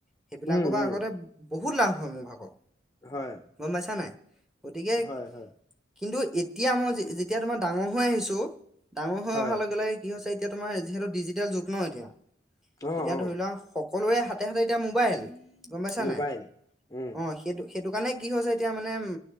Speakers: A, in the centre; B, on the left (about 20°).
A: সেইবিলাকৰ
B: উম
A: পৰা
B: উম
A: আগতে বহুত লাভ হয় মোৰ ভাগৰ।
B: হয়।
A: গ'ম পাইছা নে নাই? গতিকে
B: হয় হয়।
A: কিন্তু এতিয়া মই যেতিয়া তোমাৰ ডাঙৰ হৈ আহিছো ডাঙৰ হৈ
B: হয়
A: অহাৰ লগে লগে কি হৈছে এতিয়া তোমাৰ যিহেতু ডিজিটেল যুগ ন' এতিয়া
B: অ
A: এতিয়া
B: অ
A: ধৰি লোৱা সকলোৰে হাতে হাতে এতিয়া মোবাইল গম পাইছা নে
B: মোবাইল
A: নাই?
B: উম
A: অ' সেইটো সেইটো কাৰণে কি হৈছে এতিয়া মানে উ,